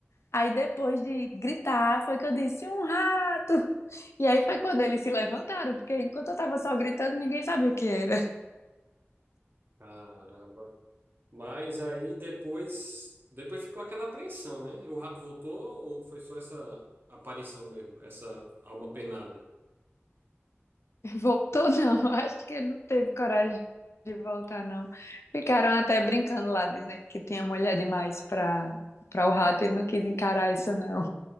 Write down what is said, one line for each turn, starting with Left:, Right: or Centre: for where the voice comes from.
Left: Aí depois de gritar, foi que eu disse um rato. E aí foi quando eles se levantaram, porque enquanto eu tava só gritando, ninguém sabia o que era.
Right: Caramba. Mas aí depois. Depois ficou aquela apreensão, né? O rato voltou ou foi só essa aparição mesmo? Essa alma penada?
Left: Voltou não, <laughs> acho que ele não teve coragem de voltar não. Ficaram até brincando lá, dizendo que tinha mulher demais pra, pra o rato, ele não quis encarar isso não.